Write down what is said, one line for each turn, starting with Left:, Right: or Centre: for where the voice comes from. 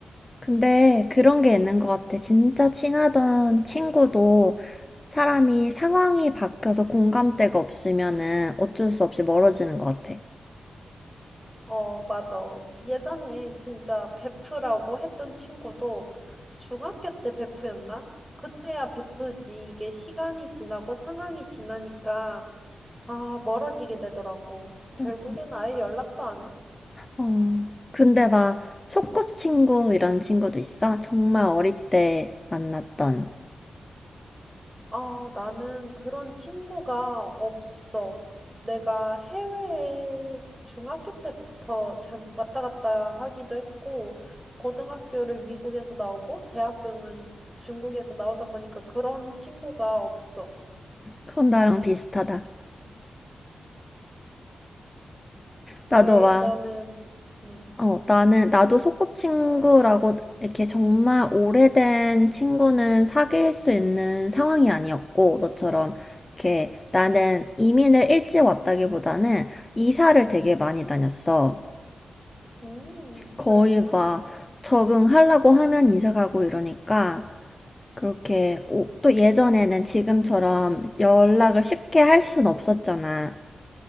Left: 근데 그런 게 있는 것 같아. 진짜 친하던 친구도 사람이 상황이 바뀌어서 공감대가 없으면은 어쩔 수 없이 멀어지는 것 같아.
Right: 어, 맞아. 예전에 진짜 베프라고 했던 친구도 중학교 때 베프였나? 그때야 베프지. 이게 시간이 지나고 상황이 지나니까, 아, 멀어지게 되더라고. 결국엔
Left: 맞아.
Right: 아예 연락도 안 해.
Left: 어, 근데 막 소꿉친구 이런 친구도 있어? 정말 어릴 때 만났던.
Right: 아, 나는 그런 친구가 없어. 내가 해외에 중학교 때부터 잠- 왔다 갔다 하기도 했고, 고등학교를 미국에서 나오고, 대학교는 중국에서 나오다 보니까 그런 친구가 없어.
Left: 그건 나랑 비슷하다. 나도
Right: 왜?
Left: 막
Right: 너는, 음,
Left: 어, 나는, 나도 소꿉친구라고 이렇게 정말 오래된 친구는 사귈 수 있는 상황이 아니었고, 너처럼 이렇게 나는 이민을 일찍 왔다기보다는 이사를 되게 많이 다녔어.
Right: 음,
Left: 거의
Right: 그랬구나.
Left: 막 적응하려고 하면 이사 가고 이러니까, 그렇게, 오- 또 예전에는 지금처럼 연락을 쉽게 할 순 없었잖아.